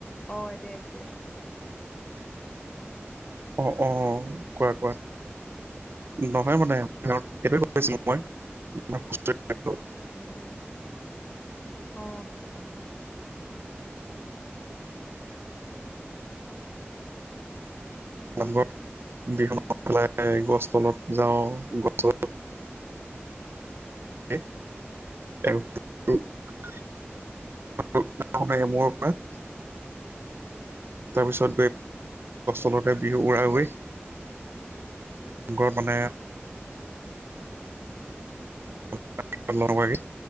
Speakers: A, on the left; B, on the right.
A: অ এতিয়া আহিছে।
B: অ অ কোৱা কোৱা। নহয় মানে তেওঁক সেইটোৱে কৈছিলোঁ মই <unintelligible>
A: উম উম অ
B: নামঘৰত বিহু নাম পেলাই গছ তলত যাওঁ গছ তলত <unintelligible> <unintelligible> এমূৰ পৰা। তাৰ পিছত <unintelligible> বিহু উৰা ওৱে। গৰত মানে <unintelligible>